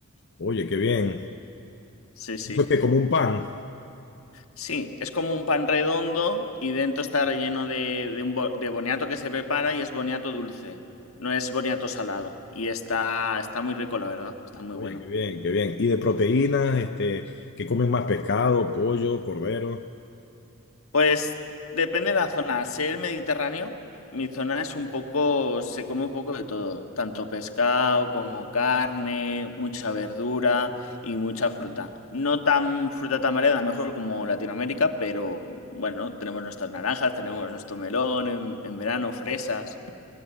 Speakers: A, on the left; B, on the left.
A: Oye, qué bien.
B: Sí, sí.
A: Eso es que como un pan.
B: Sí, es como un pan redondo y dentro está relleno de, de un bo- de boniato que se prepara y es boniato dulce, no es boniato salado. Y está, está muy rico, la verdad, está muy
A: Oye,
B: bueno.
A: qué bien, qué bien. Y de proteínas, este, ¿qué comen más? Pescado, pollo, cordero.
B: Pues depende de la zona. Al ser mediterráneo, mi zona es un poco, se come un poco de todo, tanto pescado como carne, mucha verdura y mucha fruta. No tan fruta tan variada, mejor como Latinoamérica, pero bueno, tenemos nuestras naranjas, tenemos nuestro melón en, en verano, fresas.